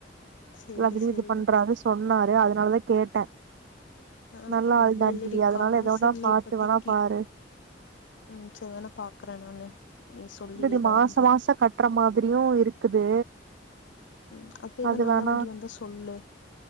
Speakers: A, on the left; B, on the right.
A: சேரி
B: அதில்யு
A: சேரி
B: இது பண்றாரு சொ ன்னாரு அதுனாலதா கேட்டே
A: ஆ
B: நல்ல
A: ஹா
B: ஆள்
A: இல்ல
B: தாண்டி
A: இல்லடி
B: அதனால
A: காசு
B: எதோ ஒன்னா
A: இல்ல
B: பாத்து
A: இப்பத்திக்கி
B: வேணா பாரு
A: உம் சர்வேனா பாக்குற நானு நீ சொல்லிவேதா
B: இல்லடி மாச
A: வந்தா
B: மாச கட்ற மாதிரியு இருக்குது
A: ம் எதோ
B: அது
A: நல்ல
B: வேணா
A: வண்டி வந்தா சொல்லு